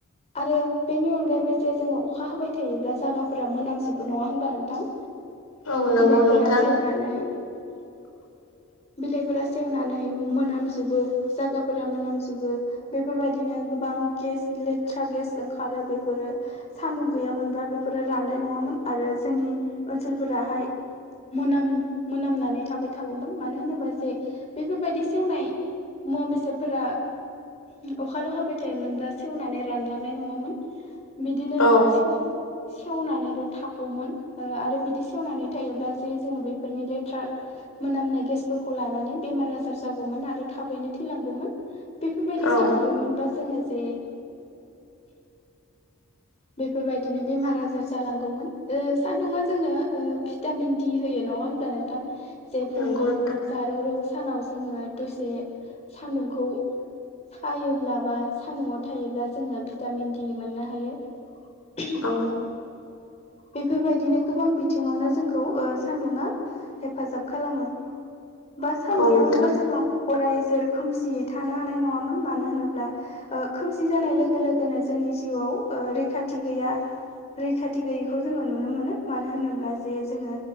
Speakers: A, on the left; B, on the left.
A: आरो बेनि अनगायैबो जे जोङो अखा हाबाय थायोब्ला जायगाफोरा मोनामजोबो नङा होमब्ला नोंथां।
B: औ नंगौ
A: बिलाइफोरा
B: नोंथां
A: सेवनानै
B: <inaudible>
A: बिलाइफोरा सेवनानै मोनामजोबो जागाफोरा मोनामजोबो बेफोरबायदिनो गोबां गेस लेथ्रा गेस ओंखारो बेफोरो सानदु गैयामोनब्लाा बेफोरो राननाय नङामोन आरो जोंनि ओनसोलफोराहाय मोनाम मोनामनानै थाबाय थागौमोन मानो होनोबा जे बेफोरबायदि सेवनाय मुवा बेसादफोरा अखाल' हाबाय फिथाइ मोनब्ला सेवनानै रानलांनाय नङामोन बिदिनो
B: औ
A: सेव सेवनानैल' थागौमोन आरो बिदि सेवनानै थायोब्ला जे जोङो बेफोरनि लेथ्रा मोनामनाय गेसफोरखौ लानानै बेमार आजार जागौमोन आरो थाबैनो थैलांगौमोन। बेफोरबायदि
B: औ
A: सान्दुं दमोनबा जोङो जे
B: <inaudible>
A: बेफोरबायदिनो बेमार आजार जालांगौमोन सान्दुङा जोंनो भिटामिन होयो नङा होमब्ला? जे फुंनि
B: नंगौ नोंथां
A: जारौ रौ सानाव जोङो दसे सान्दुंखौ सायोब्लाबा सान्दुआव थायोब्ला जोङो भिटामिन दि मोननो हायो
B: औ
A: बेफोरबायदिनो गोबां बिथिङावनो जोंखौ सान्दुङा हेफाजाब खालामो बा सान
B: औ
A: गैयामोनबा
B: नोंथां
A: जोङो अराय ज खोमसियै थानो हानाय नङामोन मानो होनोब्ला खोमसि जानाय लोगो लोगोनो जोंनि जिउआव रैखाथि गैया रैखाथि गैयै बेखौ जोङो नुनो मोनो मानो होनोब्ला जे जोङो